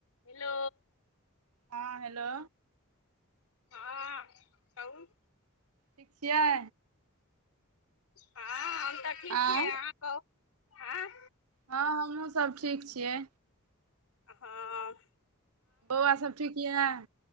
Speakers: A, on the left; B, on the right.
A: hello
B: हँ hello
A: हँ कहु
B: ठीक छियै
A: हँ हम तऽ ठीक
B: आँय
A: छियै अहाँ कहू आंय
B: हँ हमहूँ सब ठीक छियै
A: हं
B: बौआ सब ठीक या